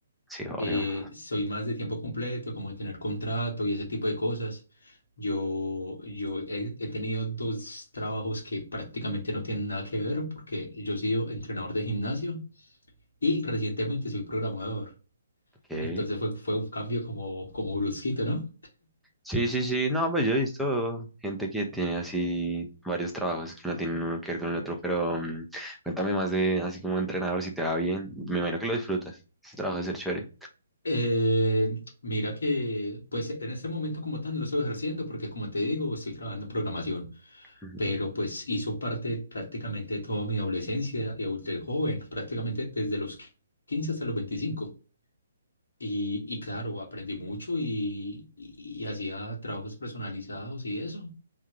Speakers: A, in the centre; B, on the left.
A: Sí, obvio.
B: eh, soy más de tiempo completo, como de tener contrato y ese tipo de cosas. Yo, yo he, he tenido dos trabajos que prácticamente no tienen nada que ver porque yo he sido entrenador de gimnasio y recientemente soy programador.
A: Ok.
B: Entonces fue, fue un cambio como, como brusquito, ¿no?
A: Sí, sí, sí, no, pues yo he visto gente que tiene así varios trabajos que no tienen uno que ver con el otro, pero mm, cuéntame más de así como entrenador, si te va bien, me imagino que lo disfrutas, ese trabajo de ser chévere.
B: Eh, mira que, pues en este momento como tal no lo estoy ejerciendo porque como te digo, estoy trabajando en programación.
A: Ujú.
B: pero pues hizo parte prácticamente de toda mi adolescencia y adultez joven, prácticamente desde los 15 hasta los 25. Y, y claro, aprendí mucho y, y hacía trabajos personalizados y eso.